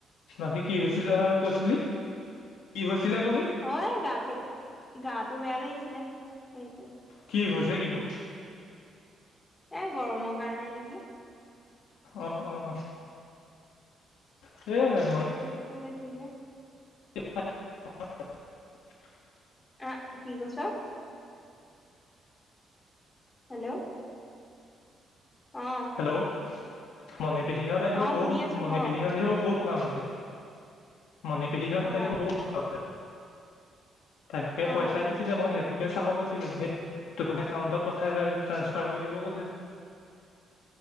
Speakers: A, on the left; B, on the left.
A: ৰাতি হৈছিলে কৈছিলি, কি হৈছিলে কলি?
B: অঁ এ গাটো, গাটো বেয়া লাগিছিলে সেইটোৱে।
A: কি হৈছে কিনো?
B: এ গৰমৰ কাৰণে নিকি।
A: অহ অহ অ' সেয়েহে।
B: ৰ'দটোও বেছি যে।
A: <unintelligible>
B: কা কি কৈছ? হেল্লৌ' অঁ'
A: হেল্লৌ' মণি পিহীহত আহিব
B: অ
A: বৌ
B: শুনি আছো
A: মণি
B: ক
A: পিহীহত আহিব বৌ সকামলে। মণি পিহীহত
B: অ
A: আহিব বৌ সকামলে। তাকে
B: অ
A: পইচা দিছিলে মই সেইটোকে চাও কৈছিলো। সেই তোটো একাউন্টত- সে এ ট্ৰাঞ্চফাৰ কৰি দিব কৈছে।